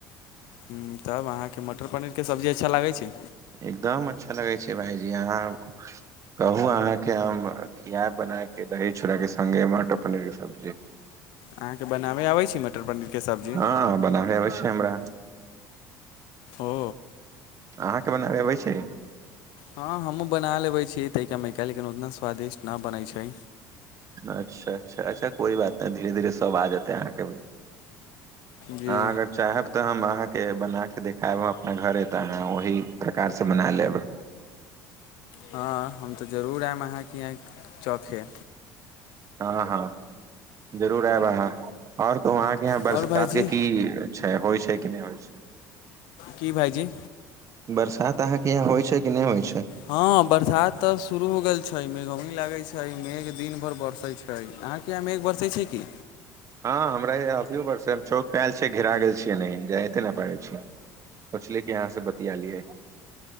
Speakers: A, on the left; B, on the right.
A: ह तब अहाँकेँ मटर पनीरके सब्जी अच्छा लागै छै
B: एकदम अच्छा लगै छै भायजी अहाँ कहू अहाँके हम किया बनाक दही चूड़ाके संगे मटर पनीरके सब्जी
A: अहाँके बनाबे आबै छै मटर पनीरके सब्जी
B: हँ बनाबे अबै छै हमरा
A: ओ
B: अहाँके बनाबे अबै छै
A: हँ हमहु बना लेबे छियै तका मायका लेकिन उतना स्वादिष्ट नहि बनैत छै
B: अच्छा अच्छा अच्छा कोई बात नहि धीरे धीरे सब आ जेतै अहाँके
A: जी
B: आग चाहब त हम अहाँके बना के देखायब अपना घरे त अहाँ ओहि प्रकार से बना लेब
A: हँ हम तऽ जरूर आयब अहाँके यहां चखे
B: हँ हँ जरूर आयब अहाँ आओर कहु अहाँके यहाँ बरसात
A: आओर भाइजी
B: के की छै होइ छै कि नय होइ छै
A: की भाइजी
B: बरसात अहाँके यहाँ होइ छै कि नहि होइ छै
A: हँ बरसात त शुरू हो गेल छै मेघौनि लागैत छै मेघ दिन भर बरसे छै अहाँके यहाँ मेघ बरसै छै कि
B: हँ हमरा अभियो बरसै छै हम चौक आयल छियै घिरा गेल छियै एनहि जाते नहि पाबै छियै पछले अहाँसँ बतियालियै